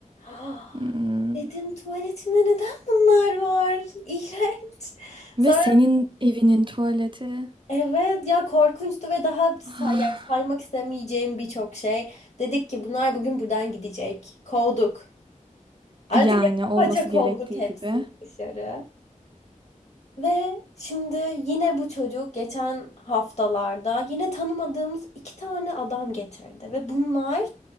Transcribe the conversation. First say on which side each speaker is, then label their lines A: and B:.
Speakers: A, on the left (about 55°); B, on the right (about 35°).
A: Ah,
B: Hmm.
A: Dedim tuvaletimde neden bunlar var? İğrenç.
B: Ve
A: Sonra
B: senin evinin tuvaleti.
A: Evet ya korkunçtu ve daha say
B: Ah,
A: <laughs> yani saymak istemeyeceğim birçok şey. Dedik ki bunlar bugün buradan gidecek. Kovduk. Artık
B: Yani olması
A: paça kovduk
B: gerektiği
A: hepsini
B: gibi.
A: dışarı. Ve şimdi yine bu çocuk geçen haftalarda yine tanımadığımız iki tane adam getirdi. Ve bunlar